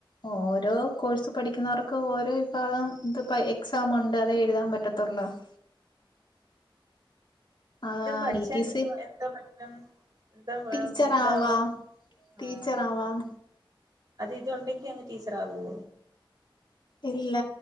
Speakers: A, on the left (about 60°); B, on the right (about 45°).
A: ഓരോ കോഴ്സ് പഠിക്കുന്നവർക്ക് ഓരോ വിഭാഗം ഇത്പ്പോ എക്സാമുണ്ട് അതെഴുതാൻ പറ്റത്തുള്ളൂ. <inaudible> ആ
B: ഇത് പഠിച്ചാ
A: ടി ടി
B: എന്തോ
A: സി
B: എത്താ പറ്റും? ന്തവ
A: ടീച്ചർ
B: എന്താവ
A: ആവാം ടീച്ചർ
B: ആഹ്
A: ആവാം
B: അത് ഇതുണ്ടെങ്കി അങ്ങ് ടീച്ചർ ആവോ
A: ഇല്ല